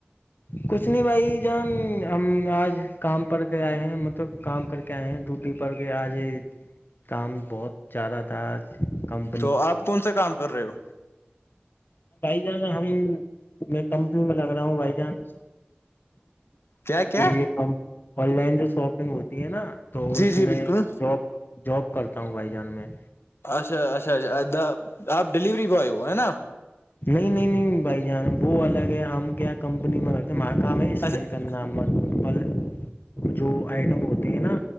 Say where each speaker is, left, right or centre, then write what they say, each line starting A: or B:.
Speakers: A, on the left (about 60°); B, on the left (about 85°).
A: کچھ نہیں بھائی جان ہم آج کام کر کے آئے ہیں مطلب کام کر کے آئے ہیں ڈوٹی ار کے آج کام بہت زیادہ تھا آ کم
B: تو آپ کون سا کام کر رہے ہو
A: ہاں بھائی جانا ہم میں کمپنی میں لگ رہا ہوں بھائی جان
B: کیا کیا
A: کہ یہ آن لائن جو شاپنگ ہوتی ہے نا تو
B: جی
A: اس
B: جی
A: میں
B: بالکل
A: جاب جاب کرتا ہوں بھائی جان میں
B: اچھا اچھا اچا آپ ڈلیوری بوائے ہو ہے نا
A: نہیں نہیں نہیں بھائی جان وہ الگ ہے ہم کیا کمپنی میں ہمارا کام ہے اسکین
B: اچھا
A: کر نام پل جو آئٹم ہوتی ہے نا